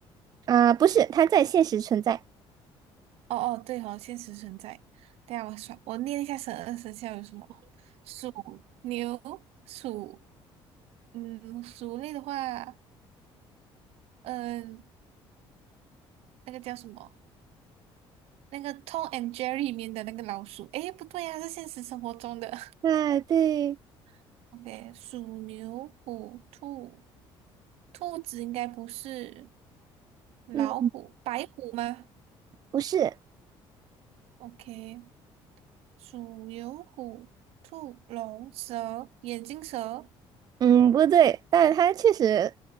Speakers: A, on the right; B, on the right.
A: 啊、不是，它在现实存在。
B: 哦哦，对哦，现实存在。等一下我算，我念一下十二生肖有什么：鼠、牛、鼠，嗯，鼠类的话，嗯、那个叫什么？那个《Tom and Jerry》里面的那个老鼠。诶，不对呀、是现实生活中的。
A: <laughs> 对对，
B: <laughs> OK，鼠、牛、虎、兔，兔子应该不是老虎，
A: 嗯，
B: 白虎吗
A: 不是，
B: ？OK，鼠、牛、虎、兔、龙、蛇、眼镜蛇。
A: 嗯，不对，但是它确实，